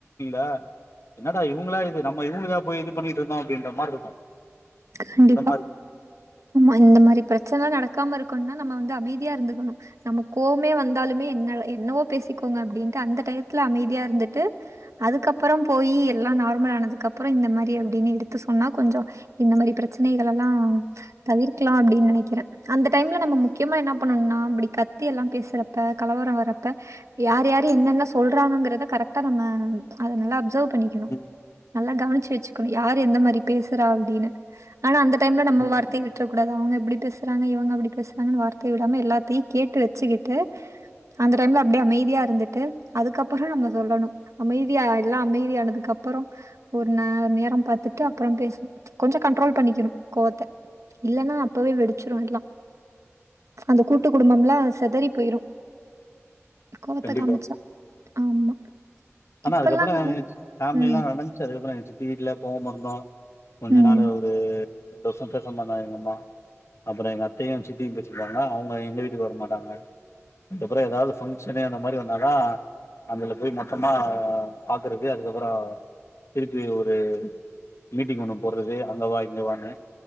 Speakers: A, on the left; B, on the right.
A: <unintelligible> என்னடா இவ்ங்களா இது நம்ம இவ்ங்களுக்கா போய் இது பண்ணிட் இருந்தோ அப்டின்ற மாரி இருக்கு
B: கண்டிப்பா
A: இந்த மாரி
B: ஆமா இந்த மாரி பிரச்சனலா நடக்காம இருக் இருக்கணுனா நம்ம வந்து அமைதியா இருந்துக்கணு நம்ம கோவமே வந்தாலுமே என்ன எ என்னவோ பேசிக்கோங்க அப்டின்ட்டு அந்த டயத்துல அமைதியா இருந்துட்டு அதுக்கப்புற போயி எல்லா நார்மல் ஆனதுக்கு அப்புறோ இந்த மாரி அப்டின்னு எடுத்து சொன்னா கொஞ்சோ இந்த மாரி பிரச்சனைகள்லல் லா தவிர்க்கலா அப்டின் நெனக் கிற அந்த டைம்ல நம்ம முக்கியமா என்னா பண்ணுனா அப்டி கத்தி எல்லா பேசுறப்ப கலவரோ வர்ரப்ப யார் யாரு என்னென்ன சொல்றாங்ஙகறத கரெக்டா நம்ம அத நல்லா அப்சர்வ் பண்ணிக்கணு
A: ம்
B: நல்லா கவினிச்சு வச்சுகணு யார் எந்த மாரி பேசுறா அப்டின்னு ஆனா அந்த டைம்ல நம்ம
A: ம்
B: வார்த்தை விட்ரக் கூடாது அவ்ங்க கிட்ட ப்படி பேசுறாங்க இவங்க அப்டி பேசுறாங்கன்னு வார்த்தையை விடாம எல்லாத்தையு கேட்டு வச்சுக்கிட்டு அந்த டைம்ல அப்டியே அமைதியா இருந்துட்டு அதுக்கப்புறோ நம்ம சொல்லணு அமைதியா எல்லா அமைதியா அதுக்குப்புறோ ஒரு நே நேரம் பாத்துட்டு அப்புறோ பேசணு கொஞ்ச கண்ட்ரோல் பண்ணிக்கணு கோவத்த இல்லைன்னா அப்பவே வெடிச்சிரு எல்லா அந்த கூட்டு குடும்பல்லா செதறி போயிரு கோவத்த
A: கண்டிப்பா
B: காமச்சா ஆமா
A: ஆனா
B: இப்பல்லாம்
A: அதுக்கப்பற
B: நம்ம
A: ஃபேமிலி
B: ம்,
A: எல்லா நடந்துச்சு அதுக்கப்பற சித்தி வீட்டுலா போகாமிருந்தோ கொஞ்ச
B: ம்.
A: நாலு ஒரு ரெண்டு வருஷ பேசமிருந்தாங்க எங்க அம்மா அப்பற எங்க அத்தையு சித்தியு பேச்சிருந்தாங்களா அவங்க எங்க வீட்டுக்கு வர மாட்டாங்க அதுப்பற ஏதாவது பங்சனு அந்த மாதிரி வந்தாதான் அதுல போய் மட் கமா பாக்குறது அதுக்கப்பற இருக்கு ஒரு மீட்டிங் ஒண்ணு போடுறது அங்கவா இங்கவானு